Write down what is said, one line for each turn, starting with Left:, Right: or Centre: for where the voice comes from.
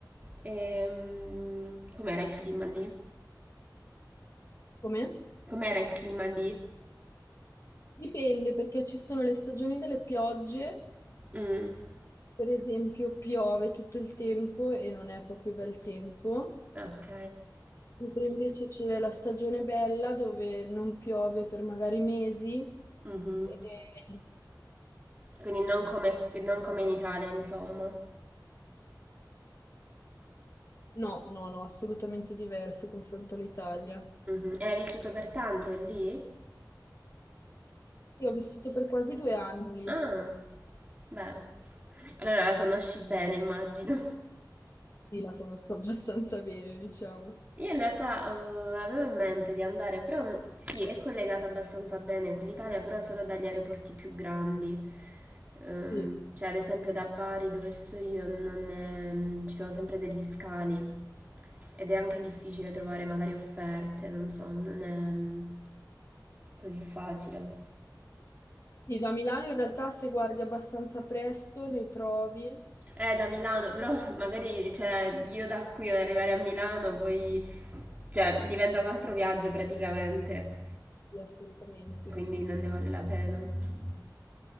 Right: Ehm, com'era il clima lì?
Left: Com'è?
Right: Com'era il clima lì?
Left: Dipende perché ci sono le stagioni delle piogge,
Right: Mm,
Left: per esempio piove tutto il tempo e non è proprio bel tempo.
Right: ok.
Left: Mentre invece c'è la stagione bella dove non piove per magari mesi.
Right: Mhm.
Left: E-
Right: Quindi non come, non come in Italia, insomma.
Left: No, no, no, assolutamente diverso confronto all'Italia.
Right: Mhm. E hai vissuto per tanto lì?
Left: Sì, ho vissuto per quasi due anni lì,
Right: Ah, beh. Allora la conosci bene, immagino.
Left: sì, la conosco <laughs> abbastanza bene, diciamo.
Right: Io in realtà eh, avevo in mente di andare, però sì, è collegata abbastanza bene con l'Italia, però solo dagli aeroporti più grandi. Ehm,
Left: Sì.
Right: cioè, ad esempio da Bari, dove sto io, non è- mm, ci sono sempre degli scali ed è anche difficile trovare magari offerte, non so, non è mm, così facile.
Left: Sì, da Milano in realtà se guardi abbastanza presto le trovi,
Right: Eh, da Milano, però <laughs> magari cioè, io da qui ad arrivare a Milano poi cioè, diventa un altro viaggio praticamente,
Left: sì, assolutamente.
Right: quindi non ne vale la pena. <laughs>